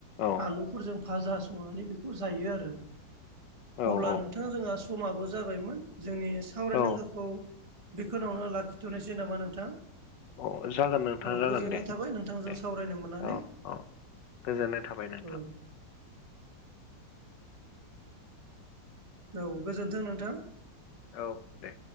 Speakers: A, on the left; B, on the right.
A: औ
B: आलुफोरजों भाजा संनानै बेखौ जायो आरो
A: औ
B: अब्ला नोंथां जोंहा समाबो जाबायमोन जोंनि सावरायनांगौखौ
A: औ
B: बेखोनावनो लाखिथ'नोसै नामा नोंथां?
A: अ जागोन नोंथाङा
B: औ
A: जागोन
B: गोजोननाय
A: दे
B: थाबाय नोंथांजों
A: दे
B: सावरायनो मोननानै
A: औ औ गोजोननाय थाबाय नोंथां
B: औ औ गोजोन्थों नोंथां
A: औ दे